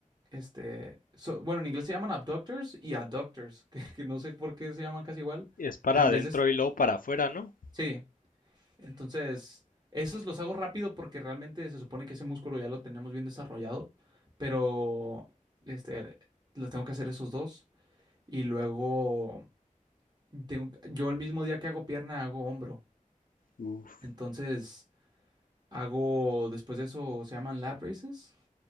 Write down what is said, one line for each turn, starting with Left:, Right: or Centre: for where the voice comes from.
Right: este, so- bueno, en inglés se llaman abductors y adductors, <laughs> que, que no sé por qué se llaman casi igual,
Left: Es para
Right: pero en
Left: adentro
Right: vez de,
Left: y luego para afuera, ¿no?
Right: sí, entonces, esos los hago rápido porque realmente se supone que ese músculo ya lo tenemos bien desarrollado, pero este, los tengo que hacer esos dos y luego tengo- yo el mismo día que hago pierna hago hombro.
Left: uf.
Right: Entonces, hago después de eso se llaman lat raises,